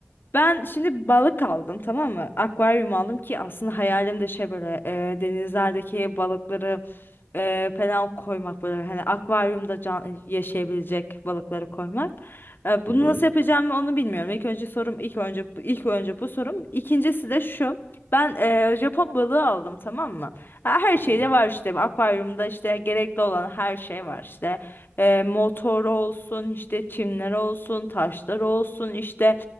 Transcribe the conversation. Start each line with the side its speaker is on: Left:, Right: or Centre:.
Left: ben şimdi balık aldım tamam mı? Akvaryum aldım ki aslında hayalim de şey böyle e, denizlerdeki balıkları e, falan koymak böyle hani akvaryumda can yaşayabilecek balıkları koymak. E, Bunu
Right: hı hı
Left: nasıl yapacağımı onu bilmiyorum. İlk önce sorum ilk önce ilk önce bu sorum. İkincisi de şu. Ben e, Japon balığı aldım tamam mı? Ha, Her
Right: tamam,
Left: şeyde var işte. Akvaryumda işte gerekli olan her şey var işte. E, motor olsun, işte çimler olsun, taşlar olsun, işte